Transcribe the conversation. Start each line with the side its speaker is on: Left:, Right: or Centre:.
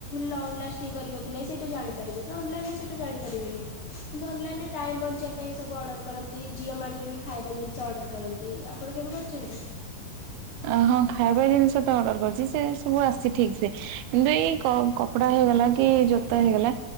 Left: ଲଙ୍ଗ ଲାଷ୍ଟିଂ କରିବ କି ନହିଁ ସେଇଟା ଜାଣିପାରିବେ ତ ଅନଲାଇନରେ ସେଇଟା ଜାଣିପାରିବେନି କିନ୍ତୁ ଅନଲାଇନ ରେ ଟାଇମ ବଞ୍ଚିବା ପାଇଁ ସବୁ ଅର୍ଡର କରନ୍ତି ଜିଓ ମାଟ ରେ ବି ଖାଇବା ଜିନିଷ ଅର୍ଡର କରନ୍ତି ଆପଣ କେବେ କରିଛନ୍ତି
Right: ଅ ହଁ ଖାଇବା ଜିନିଷ ତ ଅର୍ଡର କରିଛି ସେ ସବୁ ଆସିଛି ଠିକ ସେ କିନ୍ତୁ ଏଇ କପଡା ହେଇଗଲା କି ଜୋତା ହେଇଗଲା